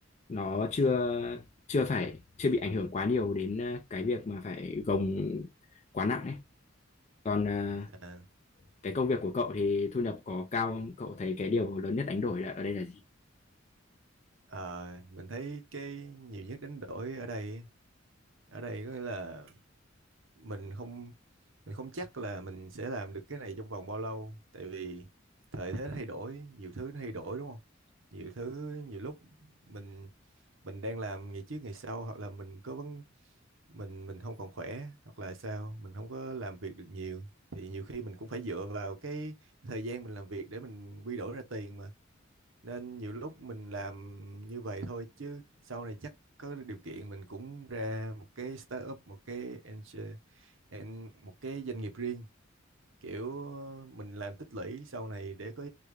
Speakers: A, on the left; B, on the right.
A: nó chưa chưa phải chưa bị ảnh hưởng quá nhiều đến ờ, cái việc mà phải gồng quá nặng ấy còn ờ,
B: à
A: cái công việc của cậu thì thu nhập có cao không? Cậu thấy cái điều lớn nhất đánh đổi là ở đây là gì?
B: Ờ, mình thấy cái nhiều nhất đánh đổi ở đây ở đây có nghĩa là mình không mình không chắc là mình sẽ làm được cái này trong vòng bao lâu tại vì thời thế thay đổi nhiều thứ nó thay đổi đúng không nhiều thứ nhiều lúc mình mình đang làm ngày trước ngày sau hoặc là mình có vấn mình mình không còn khỏe hoặc là sao mình không có làm việc được nhiều thì nhiều khi mình cũng phải dựa vào cái thời gian mình làm việc để mình quy đổi ra tiền mà nên nhiều lúc mình làm như vậy thôi chứ sau này chắc có điều kiện mình cũng ra một cái startup một cái angel an- một cái doanh nghiệp riêng kiểu mình làm tích lũy sau này để có